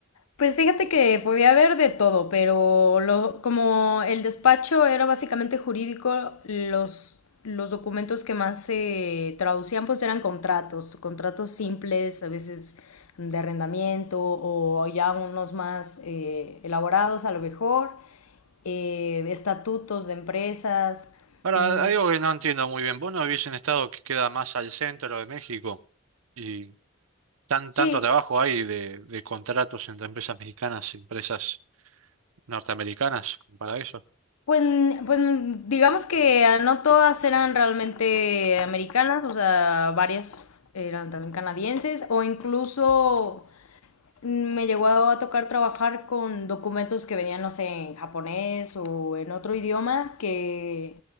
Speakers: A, on the left; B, on the right.
A: Pues fíjate que podía haber de todo, pero lo- como el despacho era básicamente jurídico, los, los documentos que más se traducían pues eran contratos, contratos simples, a veces de arrendamiento o ya unos más eh, elaborados a lo mejor, eh, estatutos de empresas.
B: Ahora,
A: mm,
B: algo que no entiendo muy bien, vos no vivís en un estado que queda más al centro de México y tan,
A: sí,
B: tanto trabajo hay de, de contratos entre empresas mexicanas y empresas norteamericanas para eso.
A: Pues, pues digamos que ah, no todas eran realmente americanas, o sea, varias eran también canadienses, o incluso mm, me llegó a tocar trabajar con documentos que venían, no sé, en japonés o en otro idioma, que